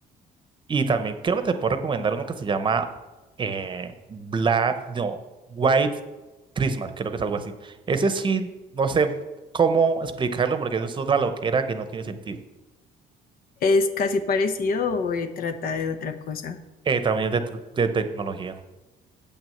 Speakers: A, on the right; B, on the left.
A: Y también creo que te puedo recomendar uno que se llama eh, Black, no, White Christmas, creo que es algo así. Ese sí, no sé cómo explicarlo porque eso es otra loquera que no tiene sentido.
B: ¿Es casi parecido o eh, trata de otra cosa?
A: Eh, también es de, te- de tecnología.